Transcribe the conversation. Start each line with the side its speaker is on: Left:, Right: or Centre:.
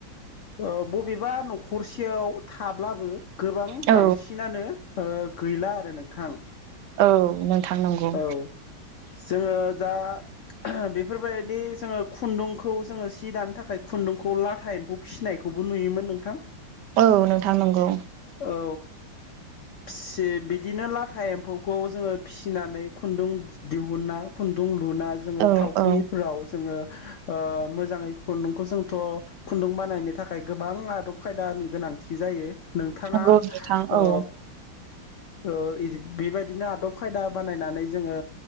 Left: ओ बबेबा न'खरसेयाव थाब्लाबो गोबां
Right: औ
Left: बांसिनानो ओ गैला आरो नोंथां।
Right: औ नोंथां नंगौ।
Left: औ जोङो दा बेफोरबायदि जोङो खुन्दुंखौ जोङो सि दानो थाखाय खुन्दुंखौ लाथा एम्फौ फिसिनायखौ खौबो नुयोमोन नोंथां।
Right: औ नोंथां नंगौ।
Left: औ फिसि बिदिनो लाथा एम्फौखौ जोङो फिस फिनानै खुन्दुं दिहुनना खुन्दुं लुना जोङो
Right: औ
Left: थावख्रिफोराव
Right: औ
Left: जोङो ओ मोजाङै खुन्दुंखौ जोंथ' खुन्दुं बानायनो थाखाय गोबां आदब खायदानि गोनांथि जायो नोंथाङा
Right: नंगौ नोंथां
Left: ओ
Right: औ
Left: ओ इदि बेबायदिनो आदब खायदा बानायनानै जोङो